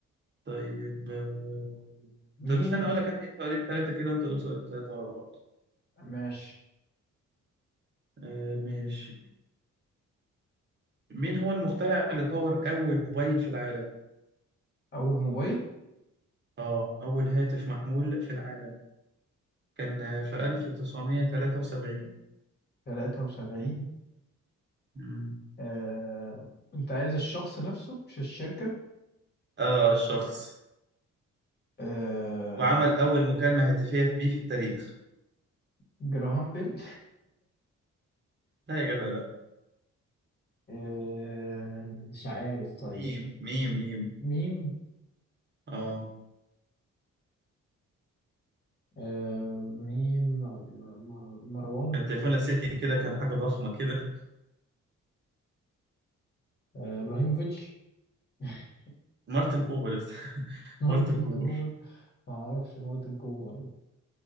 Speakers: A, on the right (about 40°); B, on the left (about 35°).
A: طيب آه،
B: مين
A: طب استنى أقول لك أنا إيه سؤالين ثلاثة كده وأنت قول سؤالين ثلاثة ورا بعض
B: ماشي
A: آه ماشي مين هو المخترع اللي طور أول موبايل في العالم؟
B: أول موبايل
A: آه أول هاتف محمول في العالم كان آه، في 1973
B: 73
A: مم.
B: آه... أنت عايز الشخص نفسه مش الشركة
A: آه الشخص
B: آه...
A: وعمل أول مكالمة هاتفية بيه في التاريخ
B: جراهام بيل
A: لا يا جدع لا
B: <laughs> آه... مش عارف طيب
A: ميم ميم ميم
B: مين
A: آه
B: آه، مين م- م- م- مروان
A: كان تليفون لاسلكي كده كان حاجة ضخمة كده
B: آه، ابراهيموفيتش <laughs>
A: مارتن كوبر يا أسطى. <laughs>
B: مارتن
A: مارتن كوبر
B: كوبر ما اعرفش مارتن كوبر